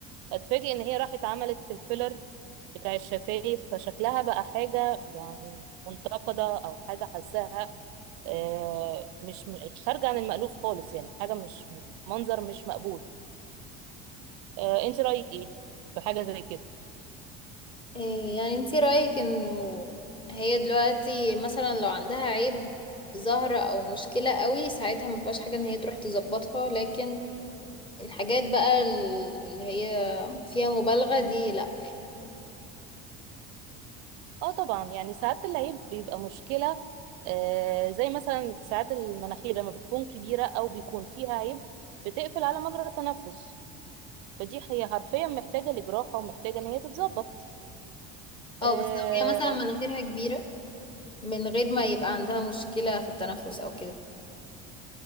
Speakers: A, on the right (about 80°); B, on the left (about 15°).
A: هتفاجئ ان هي راحت عملت الفيلر بتاع الشفايف فشكلها بقى حاجة يعني منتقدة او حاجة حاساها آه، مش م- خارجة عن المألوف خالص يعني حاجة مش منظر مش مقبول آه، انت رأيك ايه في حاجة زي كده
B: إيه يعني انتي رأيك انه هي دلوقتي مثلا لو عندها عيب ظاهرة او مشكلة قوي ساعتها ما فيهاش حاجة ان هي تروح تظبطها لكن الحاجات بقى ال- اللي هي فيها مبالغة دي لا
A: اه طبعا يعني ساعات العيب بيبقى مشكلة آه زي مثلا ساعات المناخير لما بتكون كبيرة أو بيكون فيها عيب بتقفل على مجرى التنفس فدي هي حرفيا محتاجة لجراحة ومحتاجة إن هي تتظبط
B: اه
A: آه
B: بس لو هي مثلا مناخيرها كبيرة من غير ما يبقى عندها مشكلة في التنفس او كده